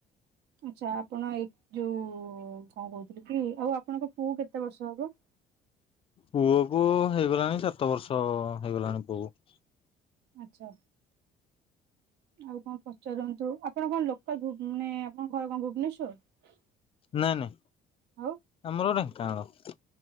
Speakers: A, on the right; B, on the left.
A: ଆଚ୍ଛା ଆପଣ ଏ ଯୋଉ କଣ କହୁଥିଲି କି ଆଉ ଆପଣଙ୍କ ପୁଅ କେତେ ବର୍ଷ ହବ?
B: ପୁଅ କୁ ହେଇଗଲାଣି ସାତ ବର୍ଷ ହେଇଗଲାଣି ପୁଅକୁ।
A: ଆଛା ଆଉ କଣ ପଚାରନ୍ତୁ ଆପଣ କଣ ଲୋ ମାନେ ଆପଣଙ୍କର କଣ ଭୁବନେଶ୍ଵର?
B: ନାଇଁ ନାଇଁ
A: ଆଉ
B: ଆମର ଢେଙ୍କାନାଳ।